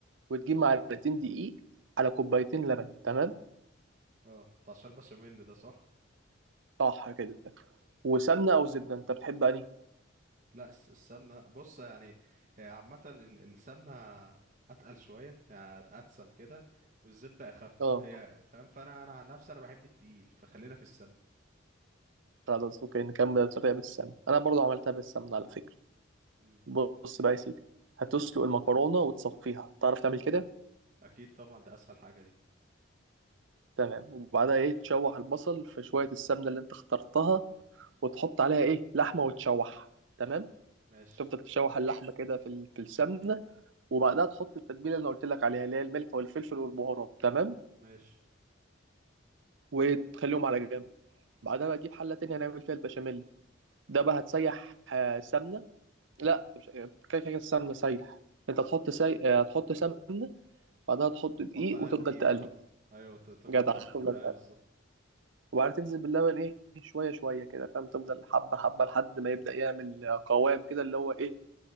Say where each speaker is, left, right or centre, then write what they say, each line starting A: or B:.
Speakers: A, on the right; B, on the right.
A: وتجيب معلقتين دقيق على كوبايتين لبن تمام
B: اه بتاع الشال بشاميل ده صح
A: صح كده وسمنة أو زبدة أنت بتحب أنهي؟
B: لا الس- السمنة بص يعني هي عامة ال- السمنة أتقل شوية يعني أتسم كده والزبدة أخف
A: أه
B: هي فاهم فأنا أنا عن نفسي أنا بحب التقيل فخلينا في السمنة
A: خلاص أوكي نكمل الطريقة بالسمنة أنا برضو عملتها بالسمنة على فكرة
B: مم.
A: بص بقى يا سيدي هتسلق المكرونة وتصفيها تعرف تعمل كده؟
B: أكيد طبعا ده أسهل حاجة دي
A: تمام وبعدها إيه تشوح البصل في شوية السمنة اللي أنت اخترتها وتحط عليها إيه لحمة وتشوح تمام؟
B: ماشي
A: تفضل تشوح اللحمة كده في ال- في السمنة وبعدها تحط التتبيلة اللي أنا قلت لك عليها اللي هي الملح والفلفل والبهارات تمام؟
B: ماشي
A: وتخليهم على جنب بعدها بقى تجيب حلة تانية هنعمل فيها البشاميل ده بقى هتسيح آه، سمنة لا انت مش يعني كده كده السمنه سايح انت هتحط سي... آه، هتحط سمنه بعدها
B: تحط
A: تحط دقيق
B: تحط عليها
A: وتفضل
B: دقيق
A: تقلب
B: اه أيوة ت- تفضل
A: جدع
B: تقلب
A: تفضل
B: أيوة
A: تقلب
B: بالظبط
A: وبعدين تنزل باللبن ايه شويه شويه كده فاهم تفضل حبه حبه لحد ما يبدا يعمل آه، قوام كده اللي هو ايه